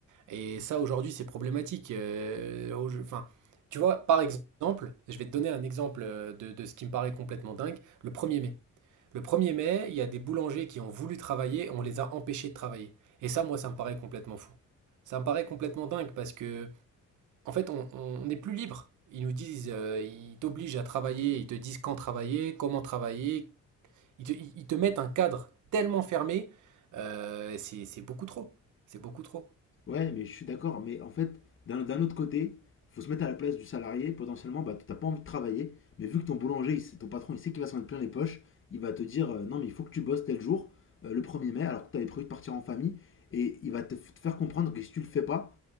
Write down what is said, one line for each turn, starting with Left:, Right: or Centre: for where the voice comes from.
Right: Et ça aujourd'hui c'est problématique. Euh, au- enfin, tu vois, par exemple, je vais te donner un exemple euh, de, de ce qui me paraît complètement dingue, le 1er mai. Le 1er mai, il y a des boulangers qui ont voulu travailler, on les a empêchés de travailler. Et ça, moi, ça me paraît complètement fou. Ça me paraît complètement dingue parce que en fait, on, on est plus libre. Ils nous disent, euh, ils t'obligent à travailler, ils te disent quand travailler, comment travailler. Ils te, ils- te mettent un cadre tellement fermé, euh, c'est c'est beaucoup trop. C'est beaucoup trop.
Left: Ouais, mais je suis d'accord. Mais en fait, d'un d'un autre côté, faut se mettre à la place du salarié. Potentiellement, bah, t'as pas envie de travailler. Mais vu que ton boulanger, il sait- ton patron, il sait qu'il va s'en mettre plein les poches, il va te dire euh, non, mais il faut que tu bosses tel jour, euh, le premier mai, alors que t'avais prévu de partir en famille. Et il va te, f- te faire comprendre que si tu le fais pas,